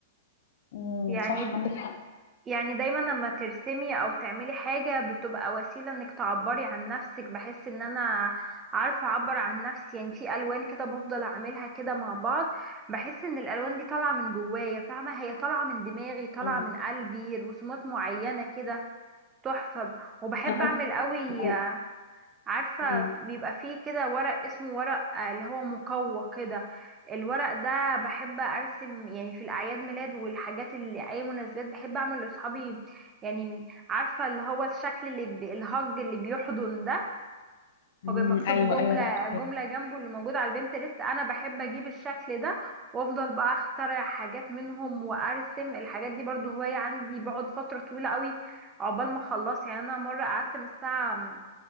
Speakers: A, on the left (about 60°); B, on the right (about 20°).
A: امم
B: يعني
A: صح عندك حق
B: يعني دايما لما ترسمي او تعملي حاجة بتبقى وسيلة انك تعبري عن نفسك بحس ان انا عارفة اعبر عن نفسي يعني في الوان كده بفضل اعملها كده مع بعض بحس ان الالوان دي طالعة من جوايا فاهمة هي طالعة من دماغي طالعة
A: مم.
B: من قلبي رسومات معينة كده تحفة وبحب
A: انا
B: اعمل
A: عارفة-
B: قوي
A: لو-
B: عارفة
A: مم.
B: بيبقى فيه كده ورق اسمه ورق آه، اللي هو مقوى كده الورق ده بحب ارسم يعني في الاعياد ميلاد والحاجات اللي اي مناسبات بحب اعمل لاصحابي يعني عارفة اللي هو الشكل اللي ب... الهج اللي بيحضن ده
A: امم
B: هو بيبقى مكتوب
A: ايوه
B: جملة
A: ايوه ده عارفاه
B: جملة جنبه اللي موجود على البنترست انا بحب اجيب الشكل ده وافضل بقى اخترع حاجات منهم وارسم الحاجات دي برضو هواية عندي بقعد فترة طويلة قوي عقبال ما اخلص يعني انا مرة قعدت من الساعة